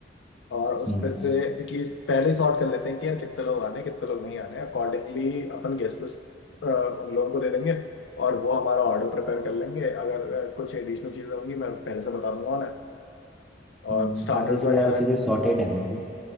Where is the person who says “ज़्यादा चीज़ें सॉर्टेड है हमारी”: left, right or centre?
Centre